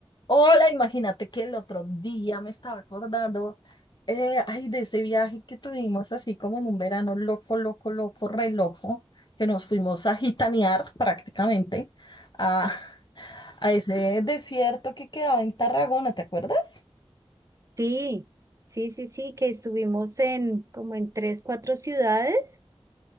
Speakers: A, on the left; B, on the right.
A: Hola, imagínate que el otro día me estaba acordando, eh, ay, de ese viaje que tuvimos así como en un verano loco, loco, loco, re loco, que nos fuimos a gitanear prácticamente a, <laughs> a ese desierto que quedaba en Tarragona, ¿te acuerdas?
B: Sí, sí, sí, sí, que estuvimos en como en tres, cuatro ciudades.